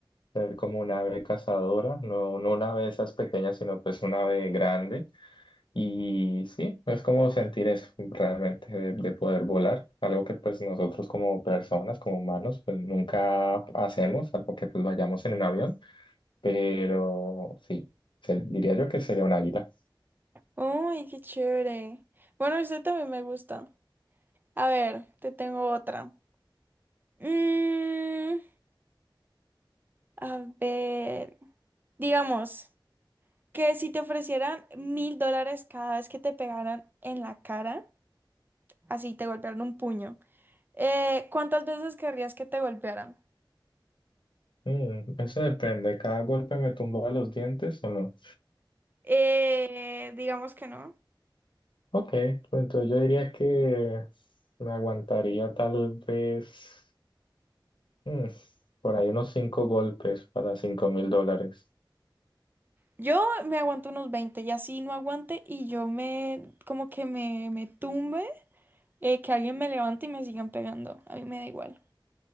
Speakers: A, on the left; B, on the right.
A: ser como una ave cazadora, no, no una ave de esas pequeñas, sino pues una ave grande. Y sí, es como sentir eso realmente de, de poder volar, algo que pues nosotros como personas, como humanos, pues nunca hacemos, algo que pues vayamos en un avión, pero sí, se- diría yo que sería un águila.
B: ¡Ay, qué chévere! Bueno, este también me gusta. A ver, te tengo otra. Mmm. A ver, digamos que si te ofrecieran mil dólares cada vez que te pegaran en la cara, así te golpearon un puño, eh, ¿cuántas veces querrías que te golpearan?
A: Mm, eso depende, cada golpe me tumba los dientes o no.
B: Eh, digamos que no.
A: Ok, pues entonces yo diría que me aguantaría tal vez mm, por ahí unos cinco golpes para cinco mil dólares.
B: Yo me aguanto unos veinte y así no aguante y yo me, como que me, me tumbe, eh, que alguien me levante y me sigan pegando. A mí me da igual.